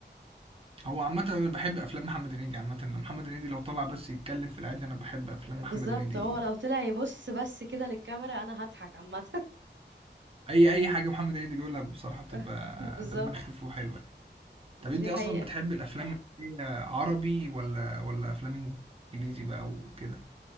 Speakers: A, on the right; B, on the right.
A: هو عامة أنا بحب أفلام محمد هنيدي عامة لما محمد هنيدي لو طلع بس يتكلم في العادي أنا بحب أفلام محمد
B: بالظبط
A: هنيدي
B: هو لو طلع يبص بس كده للكاميرا انا هضحك عامة
A: أي أي حاجة محمد هنيدي بيقولها بصراحة بتبقى
B: <laughs> بالظبط
A: دمها خفيف وحلوة يعني
B: دي
A: طب أنت أصلا
B: حقيقة
A: بتحب الأفلام اللي هي عربي ولا ولا أفلام إنجليزي بقى وكده؟